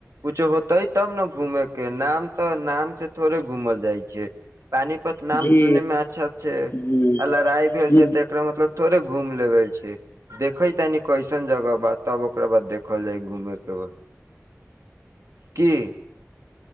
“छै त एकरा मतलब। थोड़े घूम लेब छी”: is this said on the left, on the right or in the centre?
Right